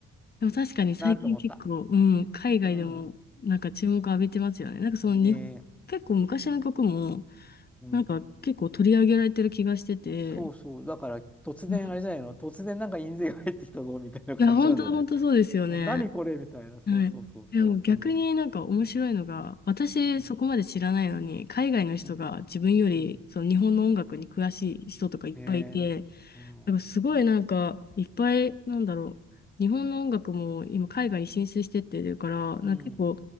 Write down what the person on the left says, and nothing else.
でも確かに最近結構、
うん、海外でもなんか注目浴びてますよね。
なんかその日本結構昔の曲も、
なんか結構取り上げられてる気がしてて、
うん
いや、本当本当そうですよね。
はい。でも逆になんか面白いのが、
私そこまで知らないのに、
海外の人が自分よりその日本の音楽に詳しい人とかいっぱいいて、
なんかすごいなんかいっぱいなんだろう、日本の音楽も今海外に進出してってるから、
なんか結構